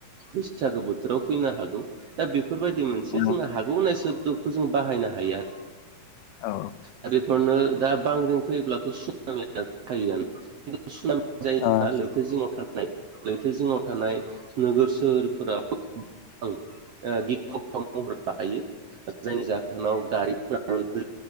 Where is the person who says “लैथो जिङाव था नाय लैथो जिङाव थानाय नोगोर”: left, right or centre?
Right